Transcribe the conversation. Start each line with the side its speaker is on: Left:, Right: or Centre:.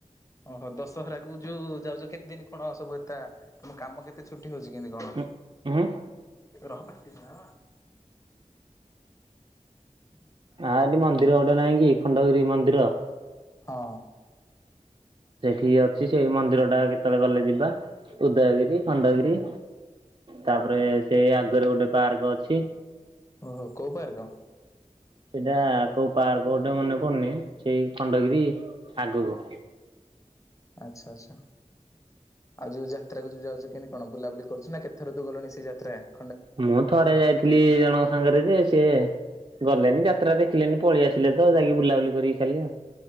Left: ଓହୋ ଦଶହରା କୁ ଯୋଉ ଯାଉଛ କେତେ ଦିନ କଣ ସବୁ ଏତା? ତମ କାମ କେତେ ଛୁଟି ହଉଛି କେମତି କଣ?
Right: ହୁଁ
Left: ରହ ନା <unintelligible>
Right: ଆଁ ଏଠି ମନ୍ଦିର ଗୋଟେ ନାଇଁ କି ଖଣ୍ଡଗିରି ମନ୍ଦିର।
Left: ହଁ
Right: ସେଠିକି ଅଛି ସେଇ ମନ୍ଦିର ଟା କେତେବେଳେ ଗଲେ ଯିବା ଉଦୟଗିରି। ଖଣ୍ଡଗିରି ତାପରେ ସେ ଆଗରେ ଗୋଟେ ପାର୍କ ଅଛି।
Left: ଓ ହୋ କୋଉ ପାର୍କ?
Right: ସେଇଟା କୋଉ ପାର୍କ ଗୋଟେ ମନେ ପଡୁନି ସେଇ ଖଣ୍ଡଗିରି ଆଗକୁ।
Left: ଆଚ୍ଛା ଆଚ୍ଛା ଆଉ ଯୋଉ ଯାତ୍ରା କୁ ଯୋଉ ଯାଉଛ କେମିତି କଣ ବୁଲାବୁଲି କରୁଛୁ ନା କେତେର ତୁ ଗଲୁଣି ସେ ଯାତ୍ରା ।
Right: ମୁଁ ଥରେ ଯାଇଥିଲି ଏଇ ଜଣଙ୍କ ସାଙ୍ଗରେ ଯେ। ସେ ଗଲେନି ଯାତ୍ରା ଦେଖିଲେନି ପଳେଇ ଆସିଲେ ତ ଯାଇକି ବୁଲାବୁଲି କରିକି ଖାଲି ଆଉ।